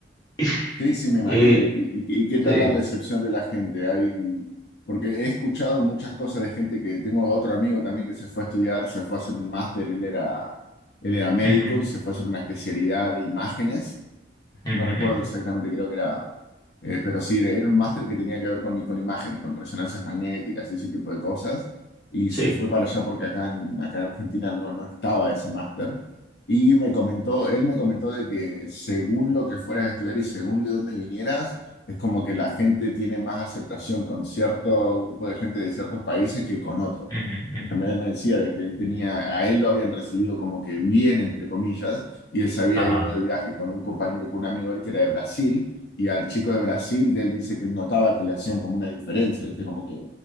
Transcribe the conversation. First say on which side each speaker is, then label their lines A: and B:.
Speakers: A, on the left; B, on the left.
A: <laughs>
B: Sí, sí, me imagino.
A: Y,
B: ¿Y, y- y qué tal
A: sí.
B: la recepción de la gente? Hay, porque he escuchado muchas cosas de gente que tengo otro amigo también que se fue a estudiar, se fue a hacer un máster, él era, él era médico
A: ujú,
B: y se fue a hacer una especialidad de imágenes.
A: ujú,
B: No recuerdo
A: ujú,
B: exactamente, creo que era eh, pero sí, era un máster que tenía que ver con, con imágenes, con resonancias magnéticas y ese tipo de cosas. Y
A: Sí.
B: se fue para allá porque acá en, acá en Argentina no, no estaba ese máster. Y me comentó, él me comentó de que según lo que fueras a estudiar y según de dónde vinieras, es como que la gente tiene más aceptación con cierto grupo de gente de ciertos países que con otros.
A: ujú, ujú,
B: Y También él me decía de que él tenía, a él lo habían recibido como que bien, entre comillas, y él se había
A: Ajá.
B: ido de viaje con un compañero, con un amigo de él que era de Brasil y al chico de Brasil, de él dice que él notaba que le hacían como una diferencia, ¿viste? Como que,